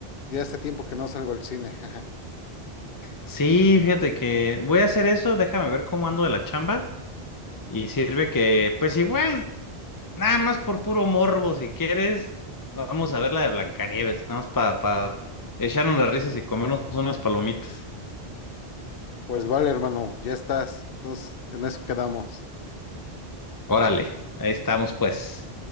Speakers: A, on the left (about 65°); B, on the left (about 30°).
A: ya hace tiempo que no salgo al cine. <laughs>
B: Sí, fíjate que voy a hacer eso, déjame ver cómo ando de la chamba. Y sirve que, pues igual. Nada más por puro morbo, si quieres, vamos a ver la de Blancanieves, nada más para echarnos las risas y comernos unas palomitas.
A: Pues vale, hermano, ya estás. Entonces, en eso quedamos.
B: Órale, ahí estamos pues.